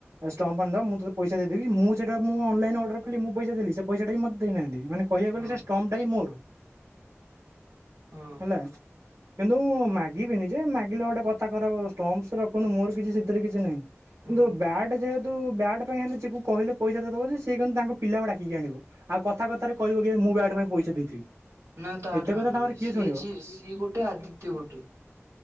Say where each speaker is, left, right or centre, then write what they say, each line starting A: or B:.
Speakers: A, on the right (about 80°); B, on the right (about 65°).
A: ଷ୍ଟମ୍ପ ଆଣିଦବା ମୁଁ ତତେ ପଇସା ଦେଇଦେବି ମୁଁ ସେଟା ମୁଁ ଅନଲାଇନ ଅର୍ଡର କଲି ମୁଁ ପଇସା ଦେଲି ସେ ପଇସାଟା ବି ମତେ ଦେଇନାହାନ୍ତି ମାନେ କହିବାକୁ
B: ହଁ
A: ଗଲେ ଷ୍ଟମ୍ପ ଟା ହିଁ ମୋର।
B: ହଁ।
A: ହେଲା। କିନ୍ତୁ ମାଗିବିନି ଯେ ମାଗିଲେ ଗୋଟେ କଥା ଖରାପ ହବ ଷ୍ଟମ୍ପ ରଖନ୍ତୁ ମୋର କିଛି ସେଥିରେ କିଛି ନାଇଁ। କିନ୍ତୁ
B: ହୁଁ
A: ବ୍ୟାଟ୍ ଯେହେତୁ ବ୍ୟାଟ୍ ପାଇଁ ହେଲେ ଚିକୁ କହିଲେ ପଇସା ଦେଇଦବ ସିଏ କିନ୍ତୁ ତାଙ୍କ ପିଲାକୁ ଡାକିକି ଆଣିବ ଆଉ କଥା କଥାରେ କହିବକି ଏ ମୁଁ ବ୍ୟାଟ ପାଇଁ ପଇସା ଦେଇଥିଲି।
B: ନା ତାଠୁ
A: ଏତେ
B: ଆଣନି
A: କଥା ତାଙ୍କର କିଏ
B: ସିଏ
A: ଶୁଣିବ।
B: ଯିଏ ସିଏ ଗୋଟେ ଆଦିତ୍ୟ ଗୋଟେ